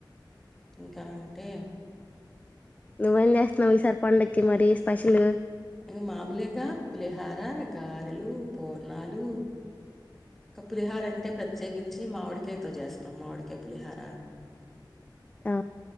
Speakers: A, in the centre; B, on the left (about 20°).
A: ఇంకా అంతే
B: నువ్వేం చేస్తున్నావ్ ఈసారి పండక్కి మరి స్పెషల్
A: ఇది మామోలెగా పులిహార గారెలు పూర్ణాలు. క పులిహార అంటే ప్రత్యేకించి మావిడికాయతో జేస్తాం మావిడికాయ్ పులిహార
B: ఆ